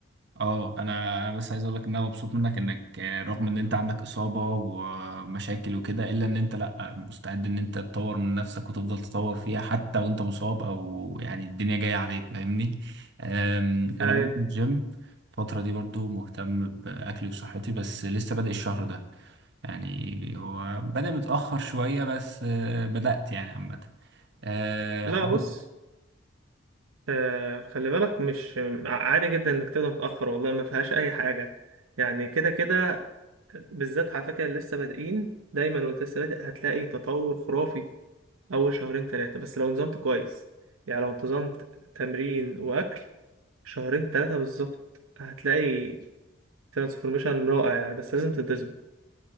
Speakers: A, on the right (about 55°); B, on the right (about 80°).
A: اه انا أنا بس عايز اقول لك ان انا مبسوط منك انك آه، رغم ان انت عندك اصابة ومشاكل وكده الا ان انت لا مستعد ان انت تطور من نفسك وتفضل تطور فيها حتى وانت مصاب او يعني الدنيا جاية عليك فاهمني أم، انا
B: ايوه
A: بنزل الجيم الفترة دي برضو مهتم بأكلي وصحتي بس لسه بادئ الشهر ده يعني هو بدأ متأخر شوية بس آه، بدأت يعني عامة آه،
B: لا
A: حاولت
B: بص آه خلي بالك مش عادي جدا انك تبدا متاخر والله ما فيهاش اي حاجه يعني كده كده بالذات على فكره اللي لسه بادئين دايما وانت لسه بادئ هتلاقي تطور خرافي اول شهرين ثلاثه بس لو نظمت كويس يعني لو انتظمت تمرين واكل شهرين ثلاثه بالظبط هتلاقي ترانسفورميشن رائع يعني بس لازم تنتظم